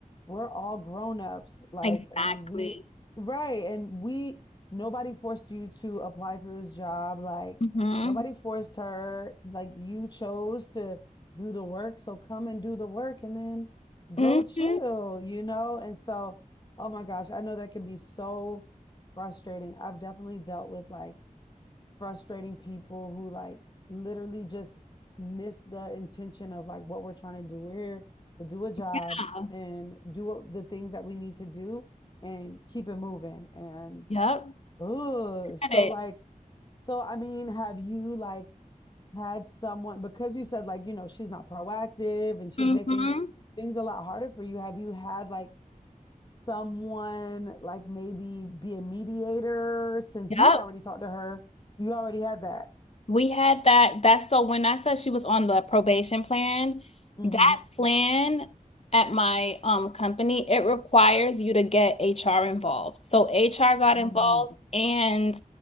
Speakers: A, on the left (about 30°); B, on the left (about 45°).
A: we're all grown-ups, like,
B: Exactly.
A: and we, right, and we, nobody forced you to apply to this job, like,
B: Mm-hmm.
A: nobody forced her, like, you chose to do the work, so come and do the work and then go
B: Mm-hmm.
A: chill, you know? And so, oh my gosh, I know that can be so frustrating. I've definitely dealt with like frustrating people who like literally just miss the intention of like what we're trying to do. We're here to do a job
B: Yeah.
A: and do the things that we need to do and keep it moving. And
B: Yep.
A: ugh, so
B: Get it.
A: like, so I mean, have you like had someone because you said like, you know, she's not proactive and she's
B: Mm-hmm.
A: making things a lot harder for you. Have you had like someone like maybe be a mediator since
B: Yep.
A: you already talked to her? You already had that.
B: We had that. That's so when I said she was on the probation plan,
A: hmm
B: that plan at my um company, it requires you to get HR involved. So HR got
A: Mm,
B: involved and